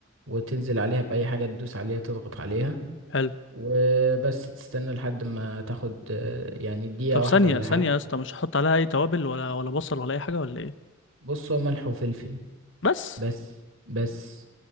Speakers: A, on the right (about 70°); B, on the left (about 60°).
A: وتنزل عليها بأي حاجة تدوس عليها تضغط عليها
B: حلو
A: وبس تستنى لحد ما تاخد آه، يعني دقيقة
B: طب
A: واحدة
B: ثانيه
A: ولا
B: ثانيه
A: حاجة
B: يا اسطى مش هحط عليها اي توابل ولا ولا بصل ولا اي حاجه ولا ايه
A: بص هو ملح وفلفل
B: بس
A: بس بس